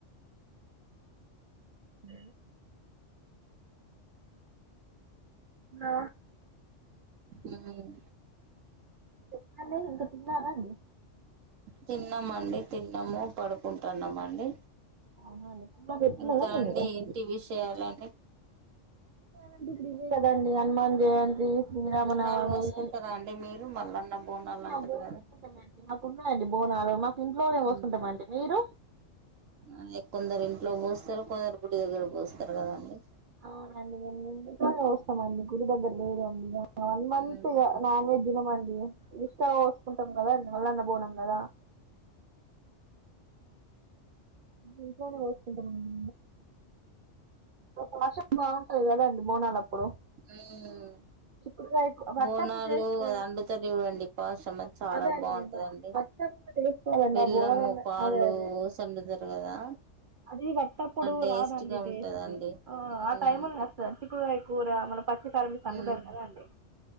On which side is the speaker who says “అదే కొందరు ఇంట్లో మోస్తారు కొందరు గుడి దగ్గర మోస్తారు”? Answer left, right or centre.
Right